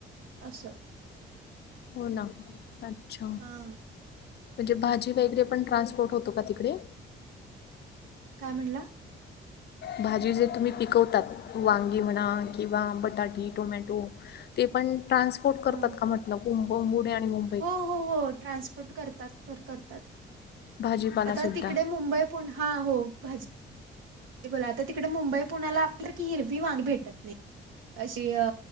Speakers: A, on the right; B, on the left.
A: असं.
B: हो ना. अच्छा!
A: हा
B: म्हणजे भाजी वगैरे पण ट्रान्सपोर्ट होतो का तिकडे?
A: काय म्हणला?
B: भाजी जर तुम्ही पिकवतात, वांगी म्हणा किंवा बटाटे, टोमॅटो ते पण ट्रान्सपोर्ट करतात
A: हा
B: का म्हटलं? बम आणि मु
A: हो हो हो ट्रान्सपोर्ट करतात पर करतात
B: भाजीपाला
A: आता
B: सुद्धा
A: तिकडे मुंबई पुन्हा हो भाजी ते बोला आता तिकडे मुंबई पुण्याला आपल्या की हिरवी वांगी भेटत नाही अशी अ